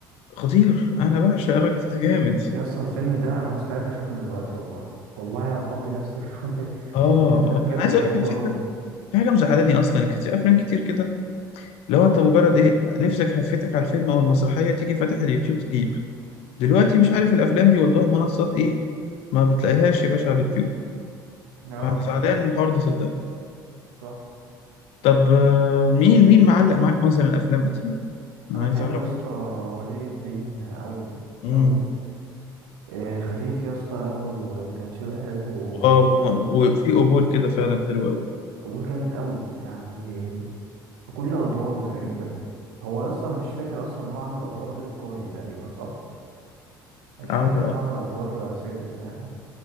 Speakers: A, on the left; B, on the right.
A: خطير انا بعشق الراجل ده جامد
B: يس الفيلم ده انا مستعد اشوفه دلوقتي والله والله هفضي نفسي <laughs> واشوف ده
A: اه
B: الفيلم
A: اه
B: ده بجد
A: انا عايز
B: بحبه
A: اقول لك انا في
B: قوي
A: حاجه في حاجه مزعلاني اصلا كتير افلام كتير كده لو انت مجرد ايه نفسك هفتك على الفيلم او المسرحيه تيجي فاتح اليوتيوب تجيب دلوقتي مش عارف الافلام دي والله منصات ايه ما بتلاقيهاش يا باشا على اليوتيوب
B: اه
A: انا زعلان من الحوار ده صدقني
B: صح
A: طب آه، مين مين معلق معاك مثلا الافلام القديمه انا
B: انا
A: عايز
B: بحب
A: اعرف
B: يا اسطى ولي الدين قوي
A: امم
B: قوي إيه، خفيف يا اسطى قوي وتمثيله حلو
A: اه وما-
B: وراجل
A: وفي قبول كده فعلا حلو قوي
B: قول جامد قوي يعني في كل ادواره تقريبا هو يا اسطى انا مش فاكر اصلا ان هو عمل ادوار غير الكوميدي تقريبا صح مش
A: عمل
B: فاكر ان هو عمل ادوار سيريس يعني